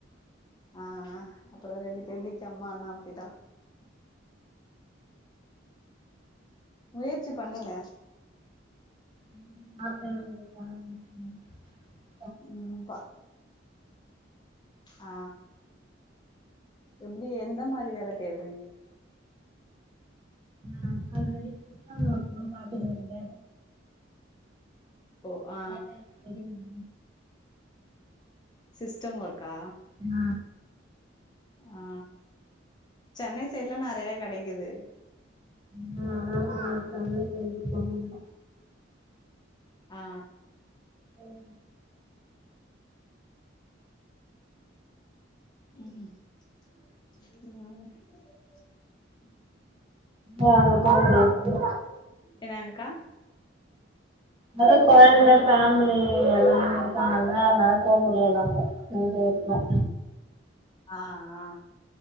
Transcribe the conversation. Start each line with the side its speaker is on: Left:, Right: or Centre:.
Left: ஆ ஆ அப்றோ ரெண்டு பேபிக்கு அம்மான்னா அப்டிதா முயற்சி பண்ணுங்க
Right: ம் இன்னா பண்றது கொழந்த பொறந்துச்சுன்னா
Left: ம் பா ஆ எப்டி எந்த மாரி வேல தேட்றீங்க நீங்க
Right: ஆ ஆல்ரெடி சிஸ்டம் வொர்க்கு தா பாத்துனு இருந்த
Left: ஓ ஆ
Right: வேட்டர் தெரியுமா
Left: சிஸ்டம் ஒர்க்கா
Right: அ
Left: ஆ சென்னை சைட்லா நெறைய கெடைக்கிது
Right: நா சமைக்கிறதுக்கு ஒன்னுமில்ல
Left: ஆ ஆ
Right: உம்
Left: ம் ம் ம்
Right: ஆ அங்க போமுடியாது இப்போ
Left: என்னாங்கா
Right: அது கொழந்த ஃபேமிலி எல்லா இருக்காங்கல்ல அதனால போ முடியாது அங்க இங்க இருக்கற
Left: ஆ ஆ